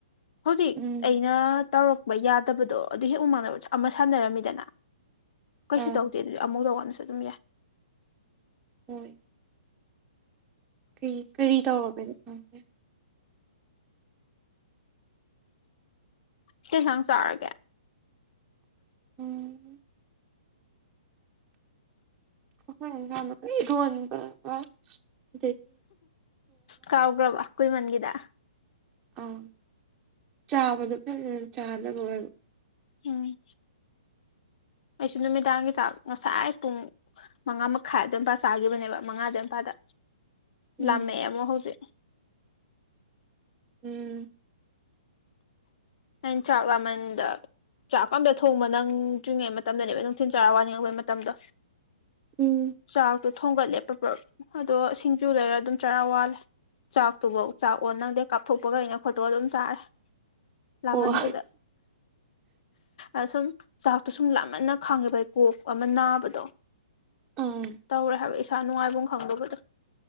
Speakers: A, on the left; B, on the right.
A: ꯍꯧꯖꯤꯛ
B: ꯎꯝ
A: ꯑꯩꯅ ꯇꯧꯔꯛꯄ ꯌꯥꯗꯕꯗꯣ ꯑꯗꯨ ꯍꯦꯛ ꯎꯃꯥꯡꯅꯕ ꯆ ꯑꯃ ꯁꯥꯟꯅꯔꯝꯃꯤꯗꯅ ꯀꯩꯁꯨ
B: ꯑꯥ
A: ꯇꯧꯗꯦ ꯑꯗꯨꯗꯤ ꯑꯃꯨꯧ ꯇꯀꯗꯁꯨ ꯑꯗꯨꯝ ꯌꯥꯏ
B: ꯎꯝ ꯀꯔꯤ ꯀꯔꯤ ꯇꯧꯔꯒꯗꯤꯒꯦ
A: ꯀꯩ ꯏꯟꯁꯥꯡ ꯆꯥꯔꯒꯦ
B: ꯎꯝ ꯒ ꯏ ꯑꯣꯟꯕꯒ
A: ꯀꯥꯎꯈ꯭ꯔꯕ ꯀꯨꯏꯃꯟꯒꯤꯗ
B: ꯑꯥ ꯆꯥꯕꯗꯣ ꯐꯖꯅ ꯆꯥꯗꯕ ꯑꯣꯏꯔꯣ
A: ꯎꯝ ꯑꯩꯁꯨ ꯅꯨꯃꯤꯗꯥꯡꯒꯤ ꯆꯥꯛ ꯉꯁꯥꯏ ꯄꯨꯡ ꯃꯉꯥ ꯃꯈꯥꯏ ꯑꯗꯋꯥꯏ ꯏꯝꯄꯥꯜ ꯆꯥꯒꯤꯈꯤꯕꯅꯦꯕ ꯃꯉꯥꯗꯋꯥꯏꯝꯄꯥꯜꯗ
B: ꯎꯝ
A: ꯂꯝꯃꯦꯃꯦ ꯑꯃ ꯍꯧꯖꯤꯛ
B: ꯎꯝ
A: ꯑꯟ ꯆꯥꯛ ꯂꯃꯟꯗ ꯆꯥꯛ ꯑꯝꯇ ꯊꯣꯡꯕ ꯅꯪꯗ꯭ꯔꯤꯉꯩ ꯃꯇꯝꯗꯅꯦꯕ ꯅꯨꯡꯊꯤꯟ ꯆꯥꯔꯥ ꯋꯥꯅꯤꯡꯉꯕꯩ ꯃꯇꯝꯗꯣ
B: ꯎꯝ
A: ꯆꯥꯛꯇꯣ ꯊꯣꯡꯒꯠꯂꯦ ꯄꯄꯞ ꯑꯗꯣ ꯁꯤꯡꯖꯨ ꯂꯩꯔ ꯑꯗꯨꯝ ꯆꯔꯥ ꯋꯥꯠꯂꯦ ꯆꯥꯛꯇꯨꯐꯥꯎ ꯆꯥꯛ ꯑꯣ ꯅꯪꯗꯦ ꯀꯥꯞꯊꯣꯛꯄꯒ ꯑꯩꯅ ꯈꯣꯠꯇꯣꯛ ꯑꯗꯨꯝ ꯆꯥꯔꯦ ꯂꯥꯃꯟꯈꯤꯗ
B: ꯑꯣ
A: ꯑ ꯁꯨꯝ ꯆꯥꯛꯇꯣ ꯁꯨꯝ ꯂꯞꯃꯟꯅ ꯈꯥꯡꯉꯦꯕ ꯑꯩ ꯀꯣꯛ ꯑꯃ ꯅꯥꯕꯗꯣ
B: ꯑꯥ
A: ꯇꯧꯔꯦ ꯍꯥꯏꯕ ꯏꯁꯥ ꯅꯨꯡꯉꯥꯏꯐꯝ ꯈꯪꯗꯕꯗꯣ